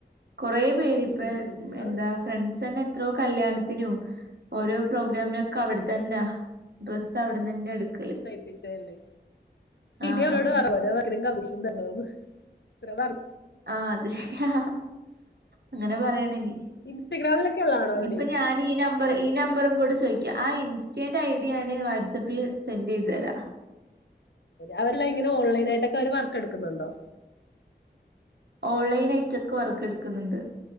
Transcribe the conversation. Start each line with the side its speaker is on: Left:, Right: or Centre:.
Right: കൊറെ പേര്പ്പ
Left: ഉം ഉം ഉം. അവർ
Right: എന്താ ഫ്രണ്ട്സന്നെ എത്രോ കല്യാണത്തിനും ഓരോ പ്രോഗ്രാമിനൊക്കെ അവിടെതന്നെ ഡ്രസ്സ് അവിടെന്നന്നെ എടുക്
Left: തയ്പ്പിച്ചല്ലേ ഇനി
Right: ആഹ്
Left: അവരോട്
Right: ആഹ് ആഹ്
Left: പറ ഓരോ <unintelligible> <unintelligible> ഇത്ര വർ
Right: ആ അത് ശരിയാ അങ്ങനെ പറയണനി
Left: ഇൻസ്റ്റഗ്രാമിലൊക്കെ ഉള്ളതാണോ
Right: ഇനിയിപ്പ
Left: അവര്
Right: ഞാനീ ഈ നമ്പർ ഈ നമ്പറും കൂടെ ചോയ് ആ ഇൻസ്റ്റന്റെ ഐ ഡി ഞാന് വാട്സആപ്പിൽ സെൻഡ് ചെയ്തരാ
Left: അവരെല്ലാങ്ങനെ ഓൺലൈനായിട്ടൊക്കൊര് വർക്കെടുക്കുന്നുണ്ടോ
Right: ഓൺലൈനയിറ്റൊക്കെ വർക്കെടുക്കുന്നുണ്ട്